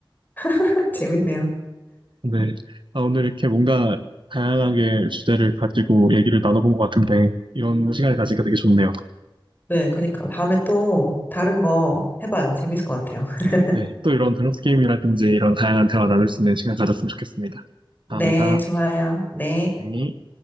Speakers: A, on the left (about 20°); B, on the right (about 65°).
A: <laughs> 재밌네요.
B: 네. 아, 오늘 이렇게 뭔가 다양하게 주제를 가지고 얘기를 나눠본 것 같은데 이런 시간을 가지니까 되게 좋네요.
A: 네, 그니까 다음에 또 다른 거 해봐요. 재밌을 것 같아요. <laughs>
B: 네, 또 이런 밸런스 게임이라든지 이런 다양한 대화 나눌 수 있는 시간 가졌으면 좋겠습니다.
A: 네,
B: 감사합니다.
A: 좋아요. 네.
B: 네.